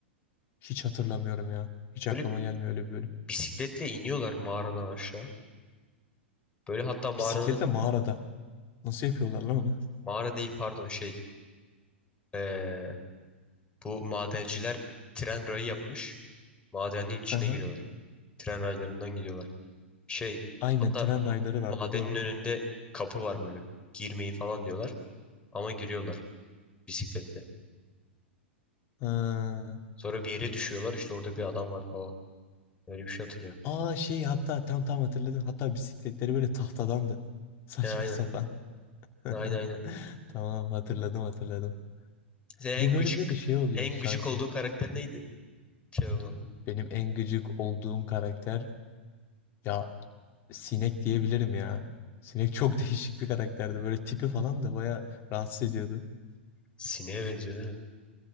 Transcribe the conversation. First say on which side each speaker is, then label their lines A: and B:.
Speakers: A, on the left; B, on the left.
A: Hiç hatırlamıyorum ya. Hiç aklıma
B: Böyle
A: gelmiyor öyle bir bölüm.
B: Bisikletle iniyorlar mağaradan aşağı. Böyle hatta mağaranın
A: Bisikletle mağarada. Nasıl yapıyorlar lan onu?
B: mağara değil pardon şey ee, bu madenciler tren rayı yapmış. Madenin içine
A: Hı hı.
B: giriyorlar. Tren raylarından gidiyorlar. Şey
A: Aynen
B: hatta
A: tren
B: m-
A: rayları vardı
B: madenin
A: doğru.
B: önünde kapı var böyle. Girmeyin falan diyorlar. Ama giriyorlar bisikletle.
A: Ha.
B: Sonra bir yere düşüyorlar işte orada bir adam var falan. Öyle bir şey hatırlıyorum.
A: Aa şey hatta tam tam hatırladım. Hatta bisikletleri böyle tahtadandı. Saçma
B: He, aynen.
A: sapan. <laughs>
B: Aynen aynen.
A: Tamam hatırladım hatırladım.
B: Sen
A: Bir
B: en
A: bölümde
B: gıcık
A: de şey oluyordu
B: en
A: sanki.
B: gıcık olduğun karakter neydi? Şey olanda.
A: Benim en gıcık olduğum karakter ya sinek diyebilirim ya. Sinek çok <laughs> değişik bir karakterdi. Böyle tipi falan da bayağı rahatsız ediyordu.
B: Sineğe benziyor değil mi?